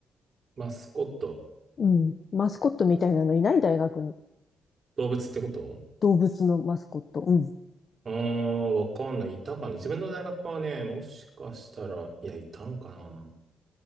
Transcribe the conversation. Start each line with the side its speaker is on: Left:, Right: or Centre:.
Right: マスコット。
Left: うん。マスコットみたいなのいない大学に。
Right: 動物ってこと
Left: 動物のマスコット。うん。
Right: ああー、わかんない。いたかな。自分の大学はね、もしかしたら、いや、いたんかな。